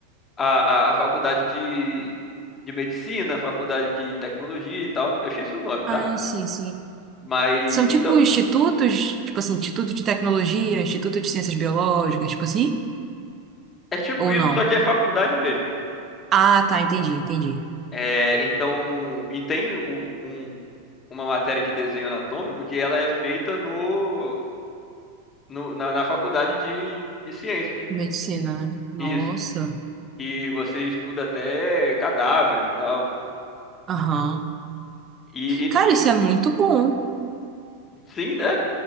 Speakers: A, on the left; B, on the right.
A: a, a, a faculdade de, de medicina, a faculdade de tecnologia e tal. Eu esqueci o nome,
B: Ah,
A: tá?
B: sim, sim.
A: Mas
B: São tipo
A: então
B: institutos, tipo assim, instituto de tecnologia, instituto de ciências biológicas, tipo assim?
A: é tipo
B: Ou
A: isso,
B: não?
A: só que é faculdade mesmo.
B: Ah, tá, entendi, entendi.
A: É, então, e tem o- um- uma matéria de desenho anatômico que ela é feita no, no- na, na faculdade de, de ciências.
B: Medicina, né? Nossa.
A: Isso. E você estuda até cadáveres e tal.
B: Aham.
A: E, e-
B: Cara, isso
A: e-
B: é muito bom.
A: sim, né?